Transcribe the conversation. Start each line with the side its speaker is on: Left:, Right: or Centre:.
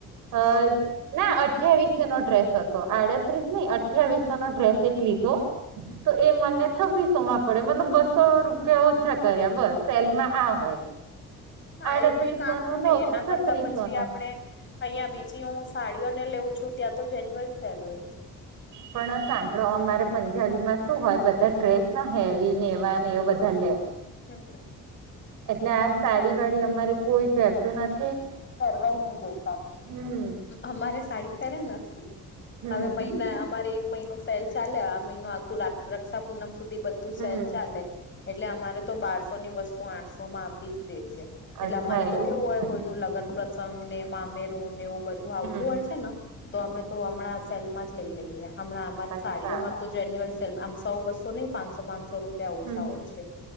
Right: અ ના અઠયાવીસ નો ડ્રેસ હતો આડત્રીસ નઈ અઠવીસો નો ડ્રેસ એક લીધો. તો એ મને છવ્વીસો માં પડે મતલબ બસો રૂપિયા ઓછા કર્યા બસ સેલમાં આ હોય.
Left: ના
Right: આડત્રીસો
Left: એ કઈ કામ નું નહી
Right: લઉ
Left: એના
Right: તો
Left: કરતા
Right: છત્રીસો
Left: પછી
Right: નો
Left: આપણે અહિયાં બીજી હું સાડીઓ ને લેઉું છું ત્યાં તો જેન્યુઅલ સેલ હોય છે.
Right: પણ સાંભળો અમારે પંજાબી માં શું હોય બધા ડ્રેસ ના હેવી નેવા એવ બધા લે.
Left: હમ્મ, હમ્મ, હમ્મ.
Right: એટલે આ સાડી વાડી અમારે કોઈ પહેરતું નથ
Left: કરવા નહી દેતા.
Right: હમ
Left: અમારે સાડી પહેરે ને
Right: હમ.
Left: હવે મહિના અમારે મહિનું સેલ ચાલે આ મહિનું આખું રક્ષા પૂનમ સુધી બધું
Right: હમ
Left: સેલ ચાલે. એટલે અમારે તો બારસો ની વસ્તુ આઠસો માં આપી જ દે છે એટલે
Right: અચ્છા
Left: અમારે
Right: એવું
Left: તો કેવું હોય
Right: છે
Left: કોઈનું લગ્ન પ્રસંગ ને મામેરું ને એવું બધું આવતું
Right: હમ
Left: હોય છે ને તો અમે તો હમણાં સેલમાં જ લઈ લઈએ હમણાં અમારી
Right: અચ્છા
Left: સાડીઓમાં તો જેન્યુલ સે આમ સો બસો નહીં પાચસો પાંસો રૂપ પીયા ઓછા
Right: હમ.
Left: હોય છે.